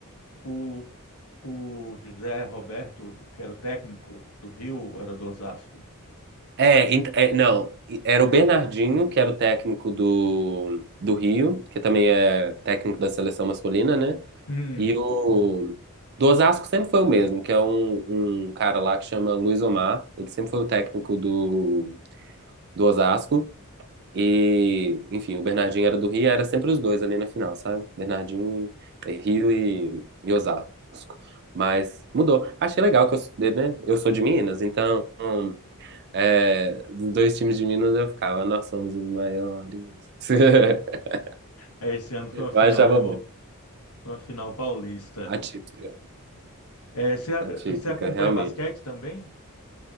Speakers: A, on the left; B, on the right.
A: o, o José Roberto, que era o técnico do Rio, ou era do Osasco?
B: É, ent- é, não, era o Bernardinho, que era o técnico do, do Rio, que também é técnico da seleção masculina, né?
A: Hum,
B: E o do Osasco sempre foi o mesmo, que é um, um cara lá que chama Luiz Omar, ele sempre foi o técnico do, do Osasco. E, enfim, o Bernardinho era do Rio, era sempre os dois ali na final, sabe? Bernardinho e, e Rio e, e Osasco. Mas mudou. Achei legal que eu, né? Eu sou de Minas, então. É, dos dois times de Minas eu ficava, nós somos os maiores. <laughs>
A: é, esse ano foi
B: Eu
A: uma final,
B: achava bom.
A: foi uma final paulista.
B: Atípica,
A: É, você,
B: atípica,
A: você acompanha
B: realmente.
A: basquete também?